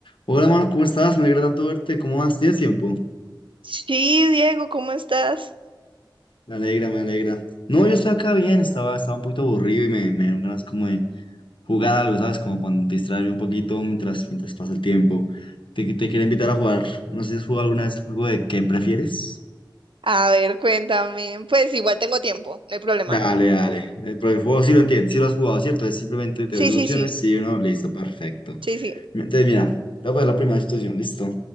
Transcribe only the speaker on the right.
Sí, Diego, ¿cómo estás?
A ver, cuéntame. Pues igual tengo tiempo, no hay problema.
Sí,
sí,
sí,
sí, sí.